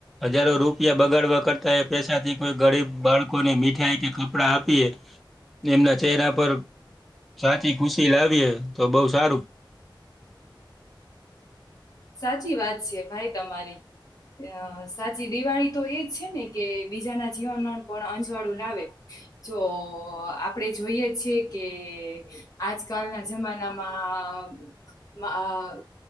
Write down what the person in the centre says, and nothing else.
હજારો રૂપિયા બગાડવા કરતા એ પેસાથી કોઈ ગરીબ બાળકોને મીઠાઈ કે કપડા આપીએ. એમના ચહેરા પર સાચી ખુશી લાવીએે તો બહુ સારું.